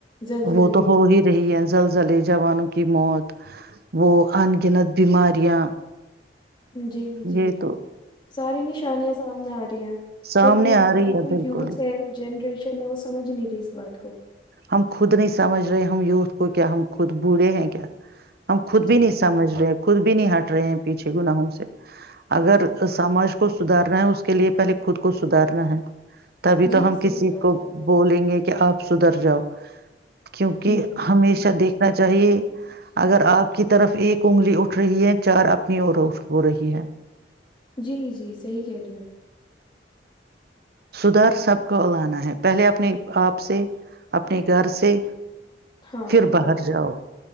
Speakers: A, on the left (about 25°); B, on the right (about 60°).
A: زلزلے
B: وہ تو ہو ہی رہی ہے زلزلیں جوانوں کی موت وہ انگنت بیماریاں
A: جی جی
B: یہ تو
A: ساری نشانیاں سامنے آ رہی ہیں
B: سامنے
A: پھر بھی
B: آ
A: ہماری
B: رہی ہے
A: جو
B: بالکل
A: یوتھ ہے جنریشن وہ سمجھ نہیں رہی اس بات کو
B: ہم خود نہیں سمجھ رہے ہم یوتھ کو کیا ہم خود بوڑھے ہیں کیا ہم خود
A: جی
B: بھی نہیں سمجھ
A: جی
B: رہے خود بھی نہیں ہٹ رہے ہیں پیچھے گناہوں سے اگر سماج کو سدارنا ہے اس کے لیے پہلے خود کو سدارنا ہے تبھی تو
A: جی
B: ہم
A: صحیح
B: کسی
A: بات
B: کو
A: ہے
B: بولیں گے کہ آپ سدر جاؤ کیونکہ
A: ہوں
B: ہمیشہ
A: ہ
B: دیکھنا چاہیے اگر آپ کی طرف ایک انگلی اٹھ رہی ہے چار اپنی اور ہو رہی ہے
A: جی جی صحی کہہ رہی ہیں
B: سدھر سب کو الانا ہے پہلے اپنے آپ سے اپنے گھر سے
A: ہاں
B: پھر
A: ہاں
B: باہر جاؤ